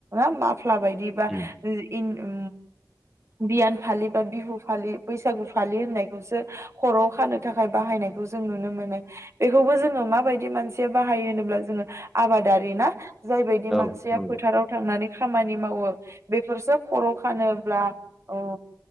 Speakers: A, on the right; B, in the centre.
A: ओ मा फ्ला बायदि बा
B: उम
A: जि इन उम बियान फालि बा बिहु फालि बैसागु फालि होननाय बे खौसो खरआव खानो थाखाय बाहायनायखौ जों नुनो मोनो बेखौबो जोङो माबायदि मानसिया बाहायो होनोब्ला जोङो आबादारि ना जायबायायदि
B: औ
A: मानसिया
B: नंगौ
A: फोथाराव थांनानै खामानि मावो बेफोरसो खर' खानोब्ला उम